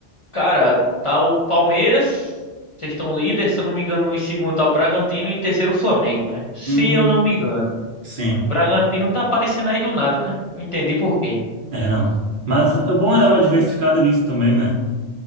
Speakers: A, on the left; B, on the right.
A: Cara, tá o Palmeiras. Vocês estão líder, se eu não me engano, em segundo tá o Bragantino e em terceiro o Flamengo, velho. Se
B: Hum,
A: eu não me engano.
B: sim.
A: Bragantino tá aparecendo aí do nada, né? Não entendi por quê.
B: É, não. Mas o bom é dar uma diversificada nisso também, né?